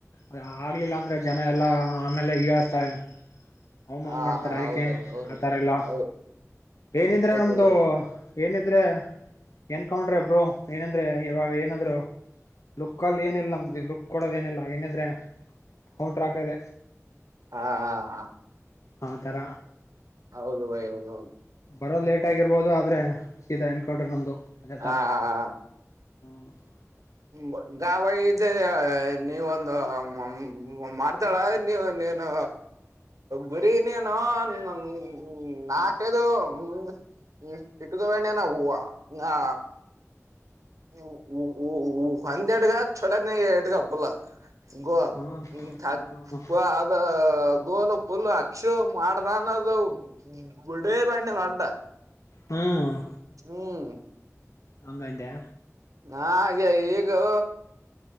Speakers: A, on the left; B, on the right.
A: ಅ ಆಗ್ಲಿಲ್ಲ ಅಂದ್ರೆ ಜನ ಎಲ್ಲಾ ಆಮೇಲೆ ಹಿಯಲ್ಸ್ತಾರೆ. ಅವಮಾನ
B: ಹ
A: ಮಾಡ್ತಾರೆ ಅದಕ್ಕೆ
B: ಹೌದು ಹೌದು
A: ಆಥರ
B: ಹೌದು
A: ಎಲ್ಲ.
B: ಹೌದು
A: ಏನಿದ್ರೆ
B: ಹೌದು
A: ನಮ್ದು
B: ಬೈ
A: ಏನಿದ್ರೆ. ಏನ್ ಕೌಂಟ್ರೆ ಬ್ರೋ ಏನಂದ್ರೆ ಇವಾಗ ಏನಾದ್ರು ಲುಕ್ ಅಲ್ಲಿ ಏನಿಲ್ಲ ನಮ್ದು ಲುಕ್ ಕೊಡೋದೆನಿಲ್ಲ ಏನಿದ್ರೆ ಕೌಂಟ್ರಾಕದೆ.
B: ಹಾ ಹಾ ಹಾ
A: ಹಾ ತರ
B: ಹೌದು ಬೈ ಹೌದು ಹೌದು
A: ಬರೋದ್ ಲೇಟ್ ಆಗಿರ್ಬೋದು ಆದ್ರೆ ಸೀದಾ ಎನ್ಕೌಂಟರ್ ನಮ್ದು. ಅದೇ ತರ
B: ಆ ಹಾ ಹಾ
A: <inaudible>
B: ನಿಂಬ ಗಾವ ಇದ ಆ ನೀವೊಂದು ಮ ಮಾಡ್ತಾಳ ನೀವು ನೀನು ಗುರಿ ನೀನು ನನ್ ನಾಕೈದೊ ಹ್ ಇಟ್ಕೊಂಡಿನೇ ನಾ ಹುವ ಆ ಹ ಉ ಉ ಒಂದ್ರಡ್ಗ ಚಛೋತ್ನಾಗ್ ಇಟ್ಕ ಪುಲ್ಲು. ಗೋಲ್
A: ಹ್ಮ
B: ತ್ ಪು ಅದ ಗೋಲು ಫುಲ್ ಅಚ್ಚು ಮಾಡ್ದ ಅನ್ನೋದು ಬಿುಡೇ ಬಣ್ಣಿ ನಡ್ಡ.
A: ಹ್ಮ್
B: ಹ್ಮ್
A: ಹಂಗಂದ್ಯ
B: ನಾ ಯ ಈಗೋ